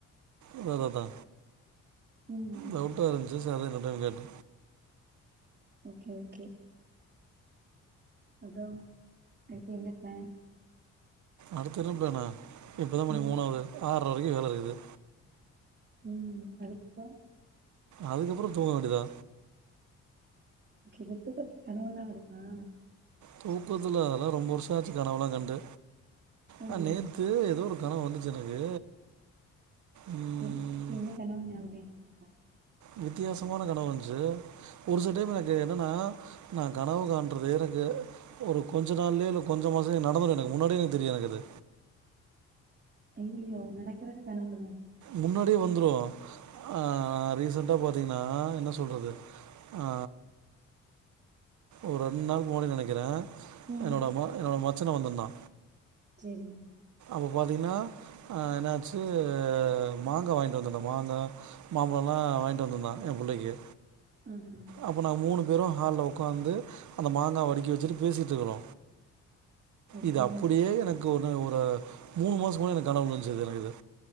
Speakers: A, on the right; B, on the right.
A: அததாதா
B: ம்
A: டவுட்டா இருந்துஞ்சு சரி அதா இன்னொரு டைம் கேட்ட
B: ஓகே ஓகே அப்றோ அடுத்து என்ன பிளான்
A: அடுத்து என்ன ப்ளானா இப்பதா மணி
B: ம்
A: மூணாவது ஆறரை வரைக்கு வேலை இருக்குது
B: ம் அதுக்கப்றோ
A: அதுக்கப்புறோ தூங்க வேண்டியதா
B: கிவி தூக்கத்துல கனவெல்லா வருமா‌
A: தூக்கத்துல அதெல்லா ரொம்ப வருஷோ ஆச்சு கனவெல்லா கண்டு
B: அப்டியா
A: ஆ நேத்து ஏதோ ஒ கணவ் வந்துச்சு எனக்கு ம்,
B: என் என்ன கனவு நியாபக இல்லையா
A: வித்தியாசமான கனவு வந்துச்சு ஒரு சில டைம் எனக்கு என்னென்னா நா கனவு காண்றதே எனக்கு ஏ ஒரு கொஞ்ச நாள்லேயே இல்ல கொஞ்சோ மாசம் நடந்துரு எனக்கு முன்னாடியே எனக்கு தெரியு எனக்கு அது
B: ஐய்யயோ நடக்கறது கனவல்ல
A: முன்னாடியே வந்துரு அ ஆ ரீசென்டா பாத்தீங்னா என்ன சொல்றது ஆ ஒரு ரெண் நாளுக்கு முன்னாடி நெனைக்கிறே
B: ம்
A: என்னோட ம என்னோட மச்சன வந்திருந்தா
B: சரி
A: இப்போ பாத்தீங்கனா அ என்னாச்சு மாங்கா வாங்கிட்டு வந்துர்ந்தோ மாங்கா மாம்பழம்லா ஆ வாங்கிட்டு வந்துருந்தாங்க எ புள்ளைக்கு
B: ஆஹா
A: அப்ப நாங்க மூணு பேரு ஹால்ல உக்காந்து அந்த மாங்காவ அடுக்கி வச்சுட்டு பேசிட்டுருக்குறோ
B: ஓகே
A: இது அப்படியே எனக்கு ஒரு ஒரு மூணு மாசோ முன்னாடி எனக்கு கனவுல வந்துச்சுது எனக்கு இது